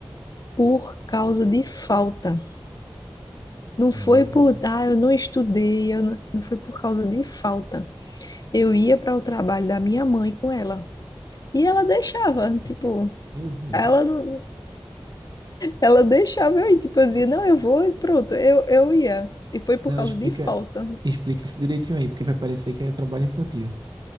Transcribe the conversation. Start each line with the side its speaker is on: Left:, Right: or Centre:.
Left: por causa de falta. Não
Right: Hum,
Left: foi por, ah, eu não estudei, eu não, não foi por causa de falta. Eu ia para o trabalho da minha mãe com ela. E ela deixava, tipo,
Right: meu Deus.
Left: ela não. Ela deixava eu ir, tipo, eu dizia, não, eu vou e pronto, eu, eu ia. E foi por
Right: Não,
Left: causa
Right: explica,
Left: de falta.
Right: explica isso direitinho aí, porque vai parecer que é trabalho infantil.